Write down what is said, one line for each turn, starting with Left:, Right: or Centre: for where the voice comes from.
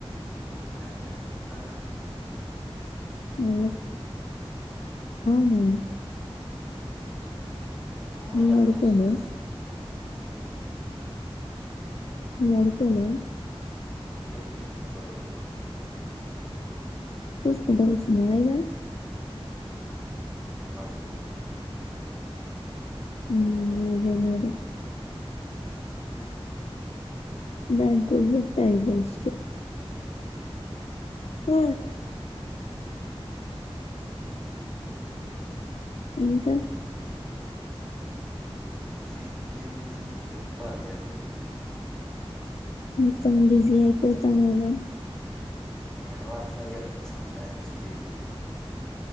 Centre: గొడవ అయిందని చెప్తన్న
Left: హ్మ్ అవునా
Centre: హ్మ్ నేను ఫోన్
Left: నువ్వు
Centre: కట్
Left: పడుకోలే
Centre: చేసిన నీది హ్మ్
Left: పడుకోలే
Centre: లేసి చూసినా గొడువైతందని.
Left: సుసుకుంట కుసున్నవ ఇగ
Centre: పడుకున్నా ఇగ
Left: హ్మ్
Centre: వాళ్ళది ఏం చూస్తామని
Left: అదే మరి దానికి వొదిలెత్తెఆయే బెస్ట్
Centre: ఇగ
Left: ఆ ఇంకా
Centre: ఇంకేమున్నది చెప్పాలి ఇగ నువ్వే
Left: మొత్తం బిజీ అయిపోతానవ్గా
Centre: ఏదో అట్ల ఇగ సంమ్టైమ్స్ బీజి